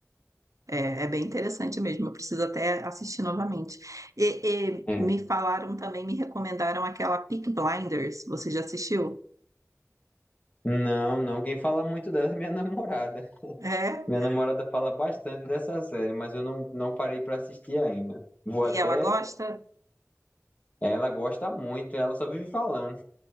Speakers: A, on the right; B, on the left.
A: é, é bem interessante mesmo. Eu preciso até assistir novamente. E,
B: É.
A: e me falaram também, me recomendaram aquela Peaky Blinders. Você já assistiu?
B: Não, não, quem fala muito dela é minha namorada.
A: É?
B: Minha namorada fala bastante dessa série, mas eu não, não parei pra assistir ainda. Vou
A: E
B: até
A: ela gosta?
B: Ela gosta muito, ela só vive falando.